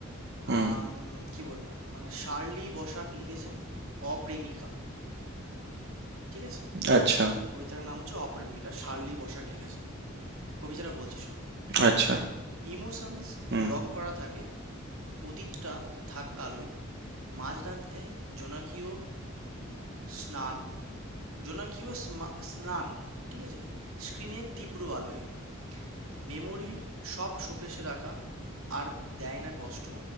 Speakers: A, on the right; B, on the right.
A: হুম
B: আম, কি বলবো মানে শার্লি বসাক লিখেছে অপ্রেমিকা ঠিক আছে
A: আচ্ছা
B: কবিতাটার নাম হচ্ছে অপ্রেমিকা শার্লি বসাক লিখেছে কবিতাটা বলছি শোন
A: আচ্ছা
B: ইমোশনস
A: হুম
B: ব্লক করা থাকে অতীতটা থাক কালোয় মাঝরাতে জোনাকিও স্নান জোনাকিও স্মা- স্নান ঠিক আছে স্ক্রিনের তীব্র আলোয় মেমোরির সব শোকেসে রাখা আর দেয় না কষ্ট